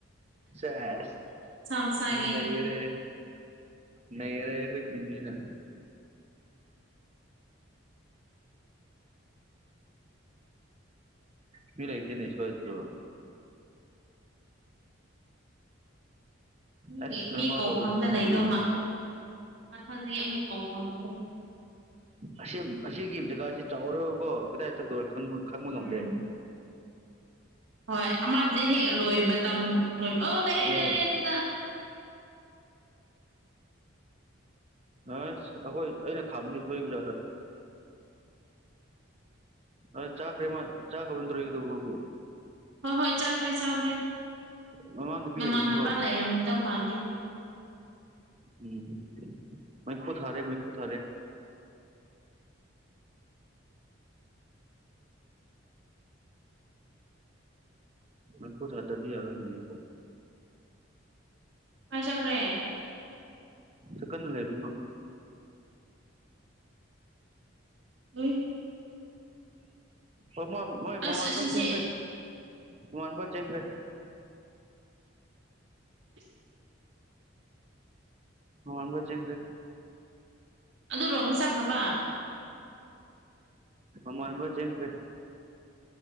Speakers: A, on the right; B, on the right.
A: ꯁꯦꯁ
B: ꯃꯁꯥꯒꯤ
A: ꯅꯩꯔꯦ ꯅꯩꯔꯦ ꯈꫭꯏ ꯏꯟꯖꯤꯅ
B: <inaudible>
A: ꯃꯤ ꯂꯩꯥꯏꯇꯦꯅꯦ ꯁ꯭ꯋꯥꯏꯁꯤꯁꯨ
B: <inaudible> ꯃꯤꯒꯤ
A: ꯑꯁ ꯀꯔꯃꯥ
B: ꯃꯤ ꯀꯧꯐꯝꯗ
A: ꯇꯧꯕꯁꯨ
B: ꯂꯩꯗꯧ
A: ꯑ
B: ꯃꯥꯜ ꯃꯊꯪꯗꯤ ꯑꯃꯨꯛ ꯀꯧꯐꯝꯗꯣ
A: ꯑꯁꯤ ꯑꯁꯤꯒꯤ ꯖꯒꯥꯁꯤ ꯆꯥꯎꯔꯒꯀꯣ ꯀꯗꯥꯏ ꯆꯠꯀꯗꯧꯔ ꯈꯪ ꯈꯪꯕ ꯉꯝꯗꯦ
B: ꯎꯝ ꯍꯣꯏ ꯑꯃꯗꯤ ꯍꯦꯛ ꯂꯣꯏ ꯃꯇꯝ ꯂꯣꯏꯕ ꯑꫭ ꯂꯩꯔꯦ
A: ꯌꯦꯁ
B: ꯂꯩꯔꯦ ꯑꯗꯨꯗ
A: ꯑꯁ ꯑꯩꯈꯣꯏ ꯑꯩꯅ ꯈꯥꯝꯕꯁꯤ ꯁꫭꯏꯕ ꯖꯥꯠꯂ ꯑ ꯆꯥꯈꯔꯤ ꯃꫭꯏ ꯆꯥꯈꯔ <unintelligible> ꯃꯒꯨ
B: ꯍꯣꯏ ꯍꯣꯏ ꯆꯥꯈ꯭ꯔꯦ ꯆꯥꯈ꯭ꯔꯦ
A: ꯃꯃꯥꯡꯗ ꯃꯤ
B: ꯃꯃꯥꯟꯅꯕ
A: ꯂꯩꯔꯤꯅꯤꯀꯣ
B: ꯂꯩꯔꯝꯗꯧ ꯃꯥꯜꯂꯦ
A: ꯎꯝ ꯃꯩꯈꯨꯨ ꯊꯥꯔꯦ ꯃꯩꯈꯨꯨ ꯊꯥꯔꯦ ꯃꯐꯨꯠ ꯍꯥꯥꯗꯔꯗꯤ ꯌꯥꯔꫭꯏꯅꯦ
B: ꯀꯥꯏ ꯆꯠꯈ꯭ꯔꯦ
A: ꯆꯤꯀꯟꯅ ꯂꯩꯔꯤ ꯃꯥ
B: ꯎꯝ
A: ꯑꯣ ꯃꯣꯏ ꯃꯃꯥꯟꯕ
B: ꯑꯁ ꯑꯁꯤꯁꯦ
A: ꯆꯦꯟꯈ꯭ꯔꯦ ꯃꯃꯥꯟꯕ ꯆꯦꯟꯈ꯭ꯔꯦ <unintelligible>
B: <inaudible>
A: ꯑꯣ ꯍꯪꯒꯣ ꯆꯒꯔꯤ
B: ꯑꯗꯨ ꯔꯣꯝꯅ ꯆꯥꯈ꯭ꯔꯕ
A: ꯃꯃꯥꯟꯕ ꯆꯦꯟꯈꯔꯦ